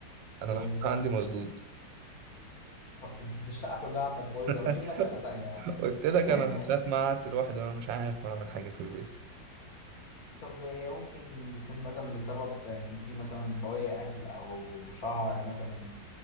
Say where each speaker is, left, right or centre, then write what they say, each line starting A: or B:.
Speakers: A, on the right; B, on the left.
A: انا
B: ايه
A: الحقيقه عندي مسدود
B: <laughs> انت الشقه كلها عندك بايظه
A: <laughs>
B: ما تشوف لك شقه تانية يا عم
A: قلت لك
B: <laughs>
A: انا من ساعه ما قعدت لوحدي وانا مش عارف اعمل حاجه في البيت
B: طب هي ممكن يكون مثلا بسبب ان في مثلا بواقي اكل او شعر مثلا